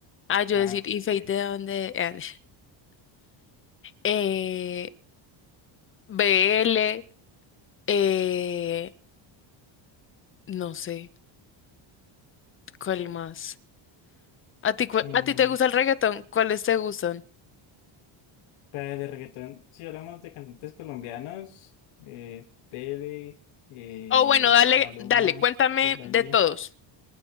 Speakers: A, on the left; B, on the left.
A: ah, yo
B: Ah,
A: decir,
B: ok,
A: ¿y Fate
B: ok.
A: de dónde? Eh, eh, BL, eh, no sé, ¿cuál más? ¿A ti, cu-
B: Mm,
A: a ti te gusta el reggaetón? ¿Cuáles te gustan?
B: Para de reggaetón, si hablamos de cantantes colombianos, eh, Pele, eh,
A: Oh, bueno, dale,
B: Maluma,
A: dale, cuéntame
B: J Balvin.
A: de todos,